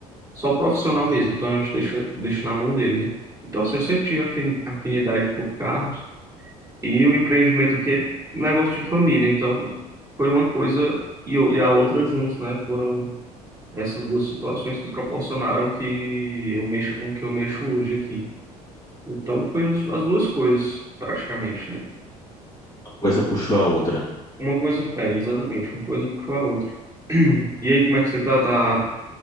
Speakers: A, on the right; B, on the left.
A: Só o profissional mesmo, então a gente deixa deixa na mão dele, né? Então, assim, eu sempre tive afin- afinidade por carros e o empreendimento que é um negócio de família, então foi uma coisa e o- e a outra juntos, né? Foram essas duas situações que proporcionaram que eu mexo com o que eu mexo hoje aqui. Então, foi os- as duas coisas, praticamente, né?
B: Uma coisa puxou a outra.
A: Uma coisa, é, exatamente, uma coisa puxou a outra. <clears throat> E aí, como é que você tá? Tá